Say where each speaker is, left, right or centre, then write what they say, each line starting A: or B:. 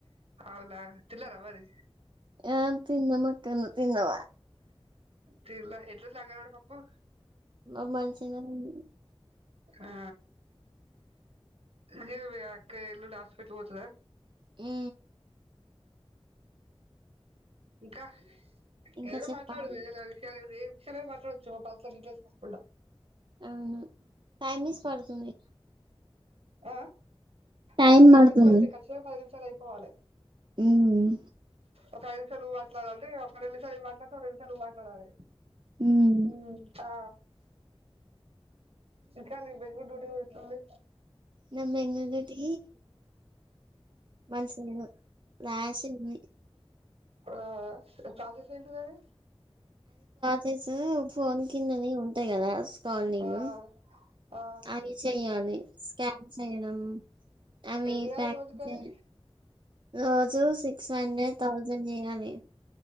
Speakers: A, on the right; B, on the right.
A: అవునా తిన్నారా మరి
B: ఆ తిన్నం అక్క నువ్వు తిన్నావా
A: తిన్న ఎట్లుంది అంగడివాడి పప్పు
B: ఆ మంచిగానే ఉంది
A: ఆ ఇగా మీ అక్క ఎల్లుండి హాస్పిటల్ పోతదా
B: ఉ
A: ఇంకా
B: ఇంకా
A: ఏదైనా
B: చెప్పాలి
A: మాట్లాడు ఏదైనా విషాలు ఏ విషయాలు అయినా మాట్లాడవచ్చు మా పల్సర్ డీటెయిల్స్ కాకుండా
B: అవును టైమ్ ఇస్ పడుతుంది
A: ఆ
B: టైం
A: ఆ టైమింగ్స్
B: పడుతుంది
A: పడితేయి ఖచ్చితంగా పది నిమిషాలు అయిపోవాలే
B: ఉమ్
A: ఒక ఐదు నిమిషాలు మాట్లాడాలంటే ఒక రెండు సార్లు నేను మాట్లాడత ఒక రెండుసార్లు నువ్వు మాట్లాడాలి
B: ఉమ్
A: ఉ ఆ ఇంకా నీ బెంగళూరు డ్యూటీ ఎట్లుంది
B: నా బెంగళూరు డ్యూటీ మంచిగాలేదు రాసింది
A: ఆ ప్రాసెస్ ఏంటిది అది
B: కిల్స్ ఫోన్ కిందనే ఉంటాయి కదా స్కానింగ్
A: ఆ ఆ
B: అది చెయ్యాలి స్కాన్ చేయడం అవి
A: ఎన్ని జేయాలే
B: ప్యాక్
A: రోజుకి
B: చే
A: అవి
B: రోజు సిక్స్ హండ్రెడ్ థౌజండ్ చేయాలి